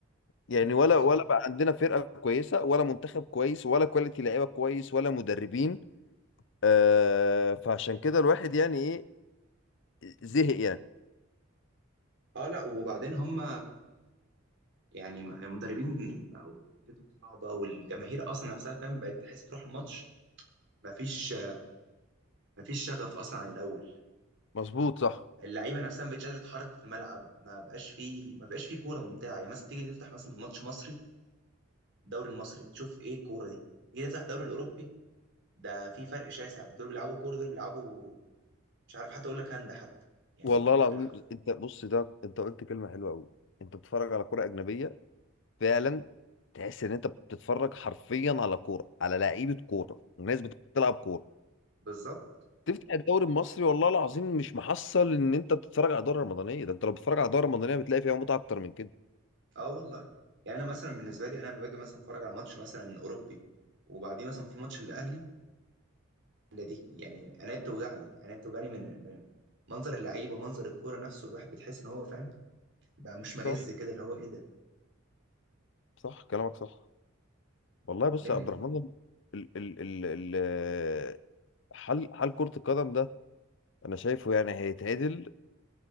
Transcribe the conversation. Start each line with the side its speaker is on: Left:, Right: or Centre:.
Left: يعني
Right: بالظبط
Left: ولا ولا بقى عندنا فرقة كويسة ولا منتخب كويس ولا كواليتي لعيبة كويس ولا مدربين آه، فعشان كده الواحد يعني ايه زهق يعني
Right: اه لا وبعدين هم يعني المدربين بقوا حالتهم صعبة والجماهير أصلا نفسها فاهم بقت تحس تروح الماتش مفيش مفيش شغف أصلا عن الأول
Left: مظبوط صح
Right: اللعيبة نفسها ما بقتش قادرة تتحرك في الملعب ما بقاش فيه ما بقاش فيه كورة ممتعة يعني مثلا تيجي تفتح مثلا ماتش مصري الدوري المصري تشوف إيه الكورة دي تيجي تفتح الدوري الأوروبي ده في فرق شاسع دول بيلعبوا كورة دول بيلعبوا مش عارف حتى أقول لك هاند حتى يعني
Left: والله
Right: ما
Left: العظيم
Right: ما بيلعب
Left: انت بص ده انت قلت كلمه حلوه قوي انت بتتفرج على كوره اجنبيه فعلا تحس ان انت بتتفرج حرفيا على كوره على لعيبه كوره وناس بتلعب كوره
Right: بالظبط
Left: تفتح الدوري المصري والله العظيم مش محصل ان انت بتتفرج على دوري رمضانيه ده انت لو بتتفرج على دوري رمضانيه بتلاقي فيها متعه اكتر من كده
Right: اه والله يعني انا مثلا بالنسبه لي انا لما باجي مثلا اتفرج على ماتش مثلا اوروبي وبعديه مثلا في ماتش الاهلي لا دي يعني انا بتوجعني انا بتوجعني من من منظر اللعيبه منظر الكوره نفسه الواحد بتحس ان هو فاهم بقى مشمئز
Left: صح
Right: كده اللي هو ايه ده
Left: صح كلامك صح والله
Right: بعدين
Left: بص يا عبد
Right: يعني
Left: الرحمن ال ال ال ال حل حل كره القدم ده انا شايفه يعني هيتعدل